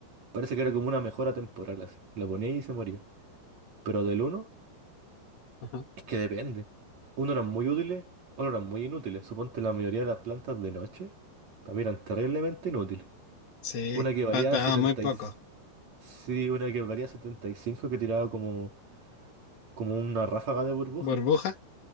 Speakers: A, on the right; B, on the left.
A: Parece que era como una mejora temporal así. La ponía y se moría. Pero del uno
B: Ajá.
A: es que depende. Uno eran muy útiles, otros eran muy inútiles. Suponte la mayoría de las plantas de noche también eran terriblemente inútiles.
B: Sí,
A: Una que valía
B: pa- pagaba
A: 70
B: muy poco.
A: y... Sí, una que valía 75 que tiraba como, como una ráfaga de burbuja.
B: ¿Burbuja?